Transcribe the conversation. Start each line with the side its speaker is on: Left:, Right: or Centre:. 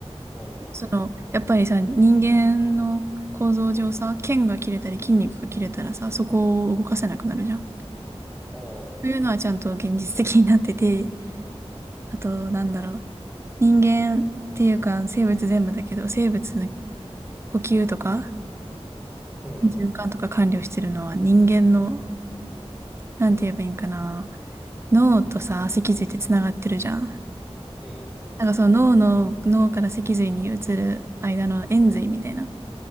Centre: うん、
Right: その、やっぱりさ、人間の構造上さ、腱が切れたり筋肉が切れたらさ、そこを動かせなくなるじゃん。
Centre: ああ、
Right: というのはちゃんと現実的になってて、<laughs> あと、なんだろう。人間っていうか、生物全部だけど、生物の呼吸とか、
Centre: うん、
Right: 循環とか管理をしてるのは人間の、なんて言えばいいんかな。脳とさ、脊髄ってつながってるじゃん。
Centre: うん。
Right: なんかその脳の、脳から脊髄に移る間の延髄みたいな。